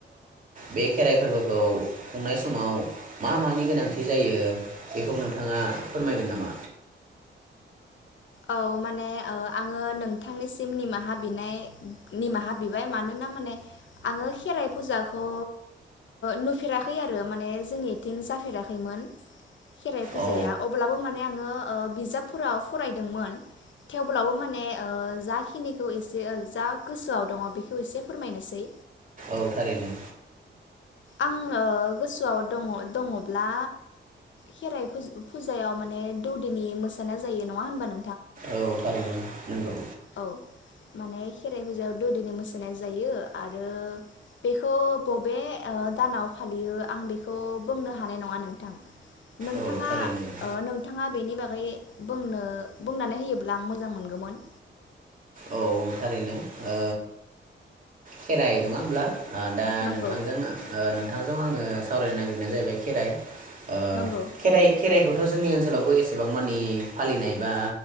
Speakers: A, on the right; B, on the left.
A: बे खेराइ फोरबोखौ खुंनाय समाव मा मानि गोनांथि जायो बेखौ नोंथां नोंथाङा फोरमायगोन नामा?
B: औ माने आङो नोंथांनिसिम निमाहा बिनाय निमाहा बिबाय मानोना माने आङो खेराइ फुजाखौ नुफेराखै आरो माने जोंनिथिं जाफेराखैमोन। खेराइ फुजाया
A: औ
B: अब्लाबो माने आङो बिजाबफोराव फराय दोमोन थेवब्लाबो माने जाखिनिखौ एसे जा गोसोआव दङ बेखौ एसे फोरमायनोसै
A: औ थारैनो
B: आङो गोसोआव दङ दङब्ला खेराइ फु फुजायाव माने दौदिनि मोसानाया जायो नङा होनबा नों
A: औ थारैनो नोंगौ।
B: औ माने खेराइ फुजायाव दौदिनि मोसानाय जायो आरो बेखौ बबे ओ दानाव फालियो आं बेखौ बुंनो हानाय नङा नोंथां। नोंथाङा
A: औ थारैनो
B: ओ नोंथाङा बेनि बागै बुंनो बुंनानै होयो ब्ला आं मोजां मोनगोमोन
A: औ थारैनो ओ खेराइ नङा होनब्ला? आ दा
B: नंगौ
A: नोंथांजों ओ ओ नोंथांजों आङो सावरायनो नागिरनाया जाहैबाय खेराइ ओ‌
B: नंगौ
A: खेराइ खेराइखौ खोथ जोंनि ओनसोलावबो एसेबां मानि फालिनाय बा